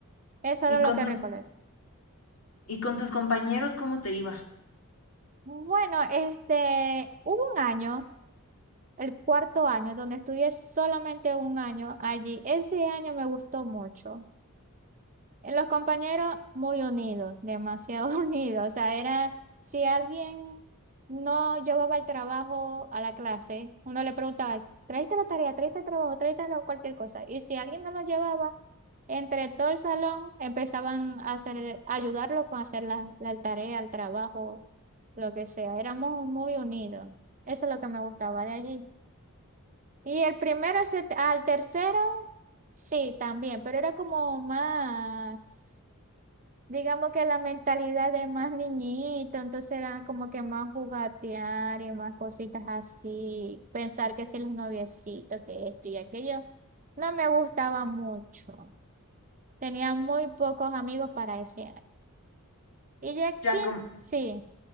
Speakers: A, on the right; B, on the left.
A: Eso
B: ¿Y
A: era
B: con
A: lo que
B: tus,
A: recuerdo.
B: y con tus compañeros cómo te iba?
A: Bueno, este, hubo un año, el cuarto año, donde estudié solamente un año allí. Ese año me gustó mucho. En Los compañeros muy unidos, demasiado <laughs> unidos. O sea, era si alguien no llevaba el trabajo a la clase, uno le preguntaba, tráete la tarea, tráete el trabajo, tráete la- cualquier cosa. Y si alguien no lo llevaba, entre todo el salón empezaban a hacer, a ayudarlo con hacer la, la tarea, el trabajo, lo que sea. Éramos muy unidos. Eso es lo que me gustaba de allí. Y el primero se- al tercero, sí, también, pero era como más. Digamos que la mentalidad de más niñito, entonces era como que más jugatear y más cositas así, pensar que si los noviecitos, que esto y aquello, no me gustaba mucho. Tenía muy pocos amigos para ese año. Y ya
B: Ya
A: quinto,
B: con,
A: sí,